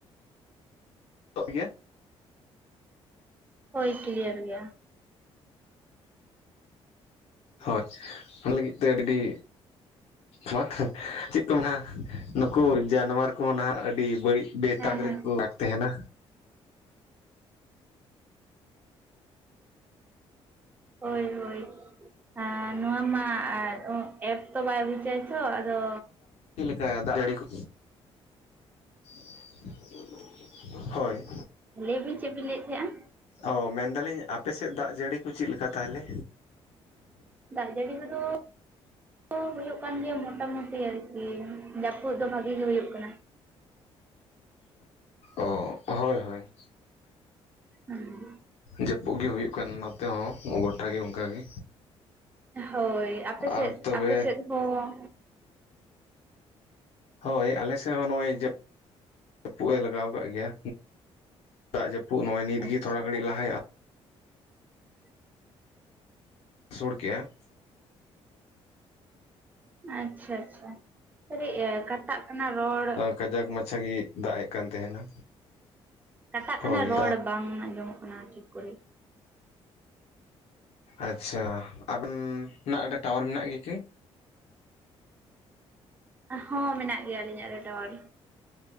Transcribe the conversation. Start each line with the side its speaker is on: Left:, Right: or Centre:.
Left: ᱛᱚ ᱤᱭᱟᱹ
Right: ᱦᱳᱭ ᱠᱞᱤᱭᱟᱨ ᱜᱮᱭᱟ᱾
Left: ᱦᱳᱭ ᱚᱱᱟ ᱞᱟᱹᱜᱤᱫ ᱛᱮ ᱟᱹᱰᱤ, ᱢᱟ ᱪᱮᱫ ᱠᱚ ᱢᱮᱱᱟ, ᱱᱩᱠᱩ ᱡᱟᱱᱣᱟᱨ ᱠᱚᱦᱚᱸ ᱱᱟᱦᱟᱜ ᱟᱹᱰᱤ ᱵᱟᱹᱲᱤᱡ ᱵᱮᱛᱟᱠ
Right: ᱦᱮᱸ ᱦᱮᱸ
Left: ᱨᱮᱠᱚ ᱞᱟᱜ ᱛᱟᱦᱮᱱᱟ,
Right: ᱦᱳᱭ ᱦᱳᱭ ᱟᱨ ᱱᱚᱣᱟ ᱢᱟ ᱟᱨ ᱚ ᱮᱯ ᱛᱚ ᱵᱟᱭ ᱵᱩᱡᱟᱭ ᱛᱚ ᱟᱫᱚ,
Left: ᱦᱮᱸ ᱫᱟᱜ ᱡᱟᱲᱤ ᱠᱩ <inaudible> ᱦᱳᱭ᱾
Right: ᱞᱟᱹᱭᱵᱤᱱ ᱪᱮᱫ ᱵᱤᱱ ᱞᱟᱹᱭᱮᱫ ᱛᱟᱦᱮᱸᱱᱟ,
Left: ᱚ ᱢᱮᱱᱫᱟᱞᱤᱧ ᱟᱯᱮᱥᱮᱫ ᱫᱟᱜ ᱡᱟᱹᱲᱤ ᱠᱚ ᱪᱮᱫ ᱞᱮᱠᱟ ᱛᱟᱦᱚᱞᱮ?
Right: ᱫᱟᱜᱽ ᱡᱟᱹᱲᱤ ᱠᱚᱫᱚ ᱫᱚ ᱦᱩᱭᱩᱜ ᱠᱟᱱ ᱜᱮᱭᱟ ᱢᱚᱴᱟᱢᱩᱴᱤ ᱟᱨ ᱠᱤ ᱡᱟᱹᱯᱩᱫ ᱫᱚ ᱵᱷᱟᱜᱤ ᱜᱮ ᱦᱩᱭᱩᱜ ᱠᱟᱱᱟ᱾
Left: ᱚ ᱦᱳᱭ ᱦᱳᱭ,
Right: ᱦᱮᱸ
Left: ᱡᱟᱹᱯᱩᱜᱮ ᱦᱩᱭᱩᱜ ᱠᱟᱱᱟ ᱱᱚᱛᱮ ᱦᱚᱸ ᱜᱚᱴᱟ ᱜᱮ ᱚᱱᱠᱟᱜ ᱜᱮ᱾
Right: ᱦᱳᱭ ᱟᱯᱮ ᱥᱮᱜ
Left: ᱟᱨ ᱛᱚᱵᱮ
Right: ᱟᱯᱮ ᱥᱮᱜ ᱦᱚᱸ,
Left: ᱦᱳᱭ ᱟᱞᱮ ᱥᱮᱫ ᱦᱚᱸ ᱱᱚᱜᱼᱚᱭ ᱡᱟᱹ ᱡᱟᱹᱯᱩᱫ ᱮ ᱞᱟᱜᱟᱣ ᱠᱟᱜ ᱜᱮᱭᱟ᱾ ᱫᱟᱜᱽ ᱡᱟᱹᱯᱩᱫ ᱱᱚᱜᱼᱚᱭ ᱱᱤᱛ
Right: ᱟᱪᱪᱷᱟ
Left: ᱜᱮ ᱛᱷᱚᱲᱟ ᱜᱷᱟᱹᱲᱤᱡ ᱞᱟᱦᱟᱭᱼᱟ,
Right: <inaudible>
Left: ᱥᱩᱲ ᱠᱮᱜᱼᱟ᱾
Right: ᱟᱪᱪᱷᱟ ᱟᱪᱪᱷᱟ ᱠᱟᱹᱴᱤᱜ ᱮ ᱠᱟᱴᱟᱜ, ᱚᱱᱟ ᱨᱚᱲ
Left: ᱠᱟᱡᱟᱠ ᱢᱟᱪᱷᱟ ᱜᱮᱭ ᱫᱟᱜᱽ ᱮᱜ ᱠᱟᱱ ᱛᱟᱦᱮᱱᱟ᱾
Right: ᱠᱟᱴᱟᱜ
Left: ᱦᱳᱭ
Right: ᱠᱟᱱᱟ ᱨᱚᱲ ᱵᱟᱝ ᱟᱸᱡᱚᱢᱚᱜ ᱠᱟᱱᱟ ᱴᱷᱤᱠ ᱠᱚ ᱨᱮ,
Left: ᱟᱪᱪᱷᱟ ᱟᱵᱮᱱᱻᱱᱟᱜ ᱴᱟᱣᱟᱨ ᱢᱮᱱᱟᱜ ᱜᱮᱭᱟ ᱠᱤ,
Right: ᱦᱚᱸ ᱢᱮᱱᱟᱜ ᱜᱮᱭᱟ ᱟᱹᱞᱤᱧ ᱟᱜ ᱨᱮ ᱴᱟᱣᱟᱨ᱾